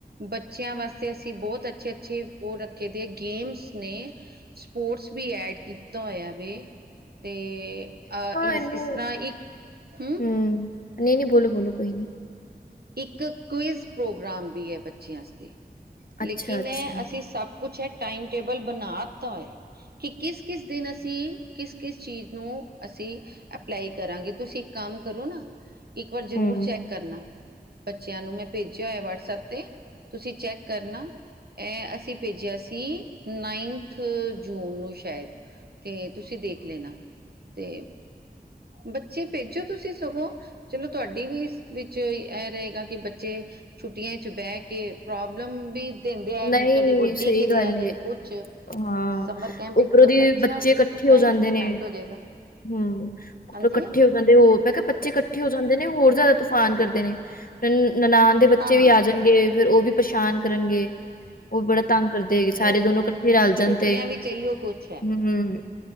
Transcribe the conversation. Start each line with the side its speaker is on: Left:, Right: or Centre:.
Right: ਬੱਚਿਆਂ ਵਾਸਤੇ ਅਸੀਂ ਬਹੁਤ ਅੱਛੇ-ਅੱਛੇ ਓ ਰੱਖੇ ਦੇ ਗੇਮਸ ਨੇ ਸਪੋਰਟਸ ਵੀ ਐਡ ਕੀਤਾ ਹੋਇਆ ਵੇ ਤੇ ਅਹ ਇਸ
Left: ਇਹਨੂੰ
Right: ਇਸ ਤਰ੍ਹਾਂ ਇੱਕ ਹਮ
Left: ਹੂੰ ਨਹੀਂ ਨਹੀਂ ਬੋਲੋ ਬੋਲੋ ਕੋਈ ਨੀ
Right: ਇੱਕ ਕੁਇਜ਼ ਪ੍ਰੋਗਰਾਮ ਵੀ ਹੈ ਬੱਚਿਆਂ ਆਸਤੇ
Left: ਅੱਛਾ
Right: ਲੇਕਿਨ
Left: ਅੱਛਾ
Right: ਏ ਅਸੀਂ ਸਭ ਕੁਛ ਐ ਟਾਈਮ ਟੇਬਲ ਬਨਾ ਤਾ ਕਿ ਕਿਸ ਕਿਸ ਦਿਨ ਅਸੀਂ ਕਿਸ ਕਿਸ ਚੀਜ਼ ਨੂੰ ਅਸੀ ਅਪਲਾਈ ਕਰਾਂਗੇ ਤੁਸੀਂ ਇੱਕ ਕੰਮ ਕਰੋ ਨਾ ਇੱਕ ਵਾਰ ਜ਼ਰੂਰ
Left: ਹੂੰ
Right: ਚੈਕ ਕਰਨਾ ਬੱਚਿਆਂ ਨੂੰ ਮੈਂ ਭੇਜਿਆ ਹੋਇਆ ਵਟਸਐਪ ਤੇ ਤੁਸੀਂ ਚੈੱਕ ਕਰਨਾ। ਇਹ ਅਸੀ ਭੇਜਿਆ ਸੀ ਨਾਈਨਥ ਜੂਨ ਨੂੰ ਸ਼ਾਇਦ ਤੇ ਤੁਸੀ ਦੇਖ ਲੇਨਾ ਤੇ ਬੱਚੇ ਭੇਜੋ ਤੁਸੀਂ ਸਗੋਂ ਚਲੋ ਤੁਹਾਡੀ ਵੀ ਇਸ ਵਿੱਚ ਇਹ ਰਹੇਗਾ ਕਿ ਬੱਚੇ ਛੁੱਟੀਆਂ ਚ ਬਹਿ ਕੇ ਪ੍ਰੋਬਲਮ ਵੀ ਦਿੰਦੇ ਹੈ,
Left: ਨਹੀਂ
Right: ਕਦੇ ਕੋਈ ਡਿੱਗ
Left: ਸਹੀ
Right: ਰਿਹਾ,
Left: ਗੱਲ
Right: ਕਦੀ
Left: ਹੈ
Right: ਕੁਛ।
Left: ਹਾਂ
Right: ਸਮਰ ਕੈਂਪ ਇੱਕ
Left: ਉਪਰੋਂਦੀ
Right: ਅੱਛਾ
Left: ਬੱਚੇ ਕੱਠੇ
Right: ਟਾਈਮ
Left: ਹੋ ਜਾਂਦੇ
Right: ਸਪੈਂਡ
Left: ਨੇ
Right: ਹੋ ਜਾਏਗਾ
Left: ਹਮ
Right: ਹਾਂਜੀ
Left: ਕੱਠੇ ਹੋ ਜਾਂਦੇ ਹੋ ਮੈਂ ਕਿਹਾ ਬੱਚੇ ਕੱਠੇ ਹੋ ਜਾਂਦੇ ਨੇ ਹੋਰ ਜ਼ਿਆਦਾ ਤੂਫਾਨ ਕਰਦੇ ਨੇ ਨਨਾਨਾਨ ਦੇ ਬੱਚੇ
Right: ਹਾਂ ਹਾਂ
Left: ਵੀ ਆ ਜਾਨਗੇ ਫਿਰ ਉਹ ਵੀ ਪਛਾਨ ਕਰਨਗੇ ਉਹ ਵੀ ਬੜਾ ਤੰਗ ਕਰਦੇ ਹੈਗੇ ਸਾਰੇ
Right: ਉਹ
Left: ਦੋਨੋ ਕੱਠੇ ਰਲ ਜਾਂ
Right: ਛੁੱਟੀਆਂ
Left: ਦੇ
Right: ਵੀ ਚਾਹੀਓ ਕੁਛ ਹੈ
Left: ਹਮ